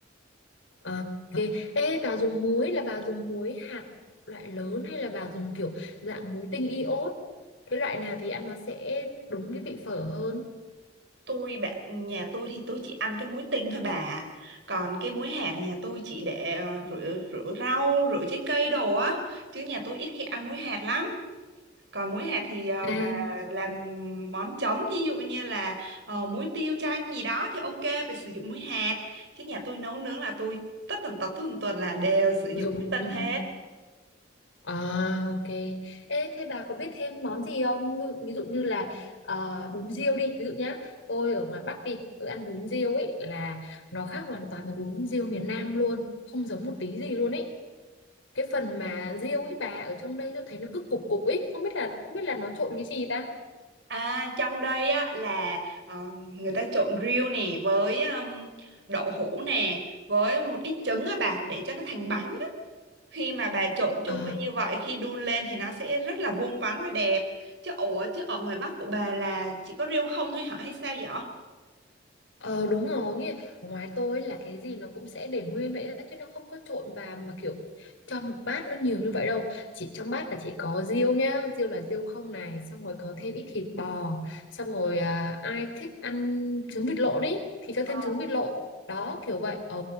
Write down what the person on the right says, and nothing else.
tôi bạn nhà tôi thì tôi chỉ ăn cái muối tinh thôi bà ạ. còn cái muối hạt thì nhà tôi chỉ để ờ, rửa rửa rau rửa trái cây đồ á chứ nhà tôi ít khi ăn muối hạt lắm còn muối hạt thì ờ,
bà làm món chấm ví dụ như là ờ, muối tiêu chanh gì đó thì ok phải sử dụng muối hạt chứ nhà tôi nấu nướng là tôi tất tần tật tất tần tật là đều sử dụng
muối tinh
hết
À trong đây á là ờ, người ta trộn riêu nè với um, đậu hũ nè với một ít trứng á bà để cho nó thành bánh á. Khi mà bà trộn chung
với như vậy khi đun lên thì nó sẽ rất là vuông vắn và đẹp. Chứ ủa chứ ở ngoài Bắc của bà là chỉ có riêu không thôi hả hay sao vậy?
Ờ.